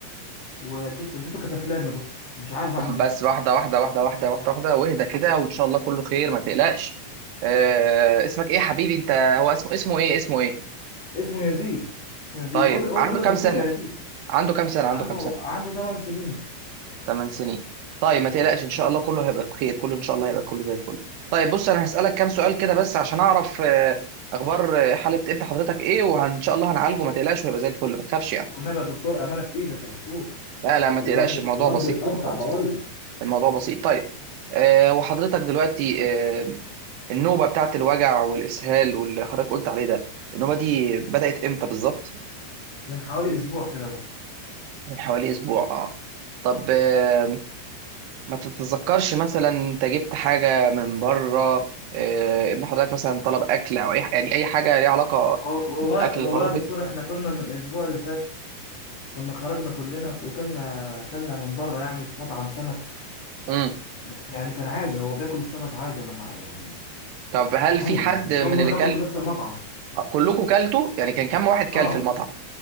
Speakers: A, on the left; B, on the right.
A: واديته اديته كتافلام يا دكتور مش عارف اعمل
B: طب بس
A: ايه
B: واحده واحده واحده واحده واحده واحده واهدى كده وان شاء الله كله خير ما تقلقش آه اسمك ايه يا حبيبي انت هو اسمه اسمه ايه اسمه ايه
A: اسمه يزيد اسمه يزيد
B: طيب
A: قول قول
B: عنده
A: قول للدكتور
B: كام سنه
A: يا يزيد
B: عنده كام سنه عنده
A: عنده
B: كام سنه
A: عنده 8 سنين
B: 8 سنين طيب ما تقلقش ان شاء الله كله هيبقى بخير كله ان شاء الله هيبقى كله زي الفل طيب بص انا هسالك كام سؤال كده بس عشان اعرف آه اخبار آه، حاله ابن حضرتك ايه وان شاء الله هنعالجه ما تقلقش وهيبقى زي الفل ما تخافش
A: والنبي يا دكتور امانه في ايدك يا دكتور
B: لا لا ما تقلقش
A: الواد بي-
B: الموضوع
A: الواد
B: بسيط
A: بيتقطع
B: الموضوع بسيط
A: بقول لك
B: الموضوع بسيط طيب أه وحضرتك دلوقتي أه النوبة بتاعت الوجع والإسهال واللي حضرتك قلت عليه ده النوبة دي بدأت امتى بالظبط؟
A: من حوالي اسبوع كده يا دكتور
B: من حوالي أسبوع اه طب آه، ما تتذكرش مثلا انت جبت حاجة من بره آه، ابن حضرتك مثلا طلب أكل أو أي يعني أي حاجة ليها علاقة
A: وال- والله
B: بالأكل
A: والله
B: اللي بره
A: يا
B: البيت؟
A: دكتور احنا كنا من الاسبوع اللي فات كنا خرجنا كلنا وكلنا كلنا من بره يعني في مطعم سمك
B: امم
A: بس يعني كان عادي هو بياكل السمك عادي انا مع يعني
B: طب هل
A: عادي
B: في حد
A: يعني مش
B: من
A: اول مره
B: اللي كل
A: ناكل من نفس المطعم
B: كلكم كلتوا يعني كان كم واحد كل
A: اه
B: في المطعم؟